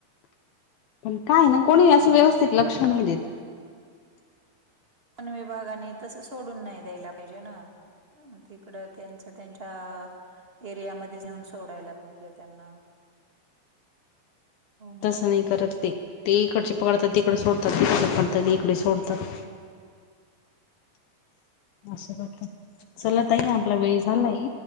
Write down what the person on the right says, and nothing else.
हम्म.
पन विभागानी तस सोडून नाही द्यायला पाहिजे ना तिकड. त्यांचं त्यांच्या. एरियामध्येध्ये घेऊन सोडायला पाहिजे त्यांना. ना.